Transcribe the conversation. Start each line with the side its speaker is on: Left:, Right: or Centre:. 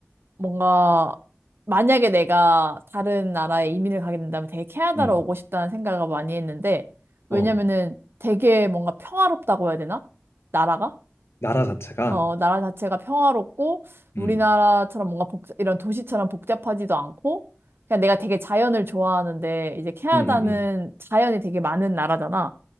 Right: 뭔가 만약에 내가 다른 나라에 이민을 가게 된다면 되게 캐나다로
Left: 음,
Right: 오고 싶다는 생각을 많이 했는데 왜냐면은
Left: 어,
Right: 되게 뭔가 평화롭다고 해야 되나? 나라가?
Left: 나라 자체가?
Right: 어, 나라 자체가 평화롭고 우리나라처럼
Left: 음,
Right: 뭔가 복, 이런 도시처럼 복잡하지도 않고 그냥 내가 되게 자연을 좋아하는데 이제 캐나다는
Left: 음, 음, 음.
Right: 자연이 되게 많은 나라잖아.